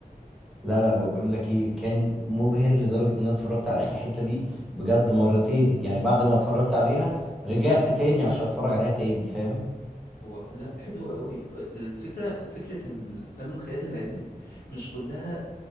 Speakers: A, in the centre; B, on the left.
A: لا لا بقول لك ايه كان مبهر لدرجه ان انا اتفرجت على اخر حته دي بجد مرتين يعني بعد ما اتفرجت عليها رجعت تاني عشان اتفرج عليها تاني فاهم
B: هو لا حلو قوي الفكرة فكرة ان الافلام الخيال العلمي مش كلها